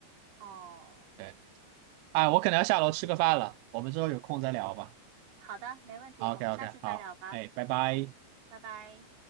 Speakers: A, on the right (about 60°); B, on the right (about 85°).
A: 哦，
B: 对，哎，我可能要下楼吃个饭了，
A: 我
B: 我们之后有空再聊吧。
A: 好的，没问题，
B: OK
A: 我们下次再聊吧，
B: OK，好，哎，拜拜。
A: 拜拜。